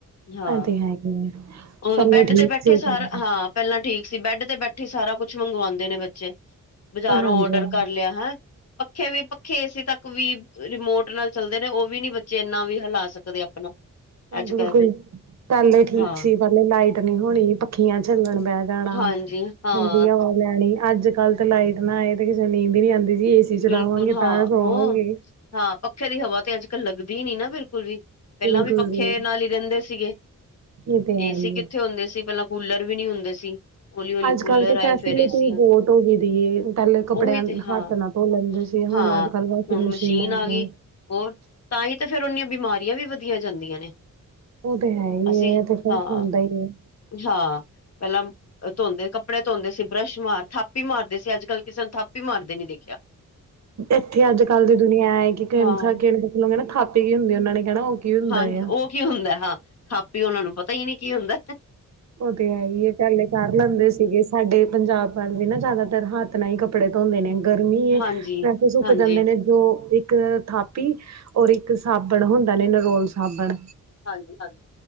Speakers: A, on the left; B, on the right.
A: ਹਾਂ
B: ਇਹ ਤੇ ਹੈਗੇ ਆ ਪਹਿਲੇ
A: ਬੈਡ
B: ਠੀਕ
A: ਤੇ ਬੈਠੇ
B: ਸੀ
A: ਸਾਰ
B: ਹਾਂਜੀ
A: ਹਾਂ ਪਹਿਲਾਂ ਠੀਕ ਸੀ ਬੈੱਡ ਤੇ ਬੈਠੀ ਸਾਰਾ ਕੁੱਛ ਮੰਗਵਾਉਂਦੇ ਨੇ ਬੱਚੇ ਬਜ਼ਾਰੋਂ
B: ਹਾਂਜੀ
A: ਔਡਰ ਕਰ ਲਿਆ ਹੈ ਪੱਖੇ ਵੀ ਪੱਖੇ ਇਸਏੇ ਤੱਕ ਵੀ ਰਿਮੋਟ ਨਾਲ ਚੱਲਦੇ ਨੇ ਉਹ ਵੀ ਨੀ ਬੱਚੇ ਇੰਨਾ ਵੀ ਹਿਲਾ ਸਕਦੇ ਆਪਣਾ ਅੱਜ
B: ਬਿਲਕੁਲ
A: ਕੱਲ ਤੇ
B: ਪਹਿਲੇ ਠੀਕ
A: ਹਾਂ
B: ਸੀ ਪਹਿਲੇ ਲਾਈਟ ਨਹੀਂ ਹੋਣੀ ਪੱਖੀਆਂ ਝੱਲਣ ਬਹਿ ਜਾਣਾ।
A: ਹਾਂਜੀ ਹਾਂ
B: ਠੰਡੀ ਹਵਾ ਲੈਣੀ ਅੱਜ ਕੱਲ ਤੇ ਲਾਈਟ ਨਾ ਆਏ ਤੇ ਕਿਸੇ ਨੀਂਦ ਵੀ ਨੀ ਆ ਜੀ ਏਸੀ ਚਲਾਵਾਂਗੇ
A: ਬਿਲਕੁਲ ਹਾਂ
B: ਤਾਂ ਸੋਵਾਂਗੇ।
A: ਹੋ ਹਾਂ ਪੱਖੇ ਦੀ ਹਵਾ ਤੇ ਅੱਜ ਕੱਲ ਲੱਗਦੀ ਨੀ ਨਾ ਬਿਲਕੁਲ ਵੀ ਪਹਿਲਾਂ
B: ਬਿਲਕੁਲ
A: ਵੀ ਪੱਖੇ
B: ਜੀ
A: ਨਾਲ ਹੀ ਰਹਿੰਦ ਸੀਗੇ
B: ਇਹ ਤੇ ਹੈ
A: ਏਸੀ
B: ਹੀ ਹੈ
A: ਕਿੱਥੇ ਹੁੰਦੇ ਸੀ ਪਹਿਲਾਂ ਕੂਲਰ ਵੀ ਨੀ ਹੁੰਦੇ ਸੀ। ਹੌਲੀ-ਹੌਲੀ
B: ਅੱਜ
A: ਕੂਲਰ
B: ਕੱਲ ਤਾਂ ਫੈਸਿਲਿਟੀ
A: ਆਏ ਫੇਰ ਏਸੀ ਆ
B: ਬਹੁਤ ਹੋ ਗਈ ਦੀ ਏ, ਪਹਿਲੇ ਕੱਪੜਿਆਂ
A: ਉਹੀ ਤੇ ਹਾਂ।
B: ਹੱਥ ਨਾਲ ਧੋ ਲੈਂਦੇ ਸੀ ਹੁਣ
A: ਹਾਂ
B: ਅੱਜ ਕੱਲ੍ਹ ਵਾਸ਼ਿੰਗ
A: ਹੁਣ
B: ਮਸ਼ੀਨਾਂ
A: ਮਸ਼ੀਨ ਆ
B: ਨੇ
A: ਗੀ। ਹੋਰ ਤਾਂ ਹੀ ਤਾਂ ਫੇਰ ਉਹਨੀਆਂ ਬਿਮਾਰੀਆਂ ਵੀ ਵਧੀਆ ਜਾਂਦੀਆਂ ਨੇ।
B: ਉਹ ਤੇ ਹੈ ਹੀ
A: ਅਸੀਂ
B: ਹੈ ਤੇ ਫਿਰ
A: ਹਾਂ
B: ਹੁੰਦਾ ਹੀ ਹੈ।
A: ਹਾਂ ਪਹਿਲਾਂ ਧੋਂਦੇ ਸੀ ਕੱਪੜੇ ਧੋਂਦੇ ਸੀ ਬਰੱਸ਼ ਮਾਰ ਥਾਪੀ ਮਾਰਦੇ ਸੀ ਅੱਜ ਕੱਲ ਕਿਸੇ ਨੂੰ ਥਾਪੀ ਮਾਰਦੇ ਨੀ ਦੇਖ ਖਿਆ।
B: ਇੱਥੇ ਅੱਜ ਕੱਲ ਦੀ ਦੁਨੀਆ ਐ ਕਿਣ
A: ਹਾਂ
B: ਕਿਣਲ ਕਹ ਥਾਪੀ ਗ ਹੁੰਦੀ ਉਹਨਾਂ ਨੇ ਕਹਿਣਾ ਉਹ ਕੀ ਹੁੰਦਾ
A: ਹਾਂਜ
B: ਆ
A: ਉਹ ਕੀ ਹੁੰਦਾ ਹਾਂ ਖਾਪੀ ਉਹਨਾਂ ਨੂੰ ਪਤਾ ਹੀ ਨੀ ਕੀ ਹੁੰਦਾ।
B: ਉਹ ਤੇ ਹੈ ਹੀ ਇਹ ਪਹਿਲੇ ਕਰ ਲੈਂਦੇ ਸੀਗੇ। ਸਾਡੇ ਪੰਜਾਬ ਵੱਲ ਵੀ ਨਾ ਜ਼ਿਆਦਾਤਰ ਹੱਥ ਨਾਲ ਹੀ ਕੱਪੜੇ ਧੋਂਦੇ ਨੇ। ਗਰਮੀ ਏ
A: ਹਾਂਜੀ
B: ਵੈਸੇ ਸੁੱਕ
A: ਹਾਂਜੀ
B: ਜਾਂਦੇ ਨੇ ਜੋ ਇੱਕ ਥਾਪ ਇਕ ਥਾਪੀ ਔਰ ਇੱਕ ਸਾਬਣ ਹੁੰਦਾ ਨੇ ਨਰੋਲ ਸਾਬਣ।
A: ਹਾਂਜੀ ਹਾਂਜੀ